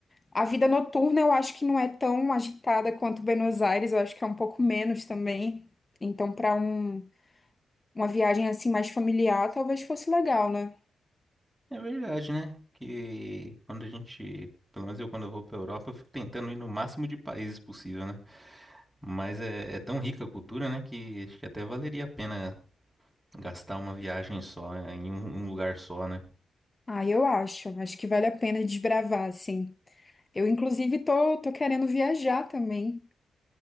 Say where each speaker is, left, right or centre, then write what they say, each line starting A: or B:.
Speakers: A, on the left; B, in the centre.
A: A vida noturna eu acho que não é tão agitada quanto Buenos Aires, eu acho que é um pouco menos também. Então, para um, uma viagem assim mais familiar, talvez fosse legal, né?
B: É verdade, né? Que quando a gente, pelo menos eu quando eu vou pra Europa, eu fico tentando ir no máximo de países possível, né? Mas é, é tão rica a cultura, né? Que acho que até valeria a pena Gastar uma viagem só, é, em um, um lugar só, né?
A: Ah, eu acho. Acho que vale a pena desbravar, assim. Eu, inclusive, tô, tô querendo viajar também.